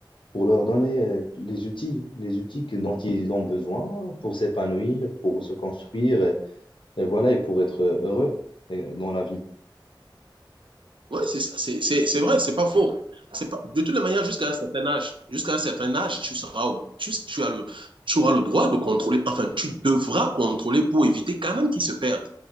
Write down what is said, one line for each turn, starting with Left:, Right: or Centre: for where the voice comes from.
Left: pour leur donner euh, les outils, les outils que- dont ils ont besoin pour s'épanouir, pour se construire, et, et voilà, et pour être heureux euh, dans la vie.
Right: Oui, c'est ça, c'est c'est- c'est vrai, c'est pas faux. C'est pas, de toutes les manières, jusqu'à un certain âge, jusqu'à un certain âge, tu seras, au- tu, tu as le, tu auras le droit de contrôler, enfin, tu devras contrôler pour éviter quand même qu'ils se perdent.